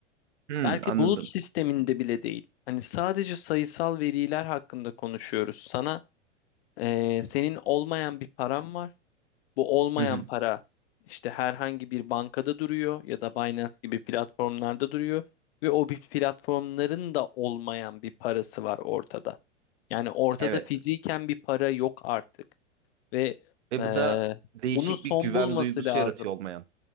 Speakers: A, on the right (about 65°); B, on the left (about 55°).
A: Hmm,
B: Belki
A: anladım.
B: bulut sisteminde bile değil. Hani sadece sayısal veriler hakkında konuşuyoruz. Sana eee, senin olmayan bir param var. Bu olmayan
A: Hı hı.
B: para işte herhangi bir bankada duruyor ya da Binance gibi platformlarda duruyor ve o bir platformların da olmayan bir parası var ortada. Yani ortada
A: Evet.
B: fiziken bir para yok artık ve
A: Ve
B: eee,
A: bu da değişik
B: bunun son
A: bir güven
B: bulması
A: duygusu
B: lazım.
A: yaratıyor olmayan.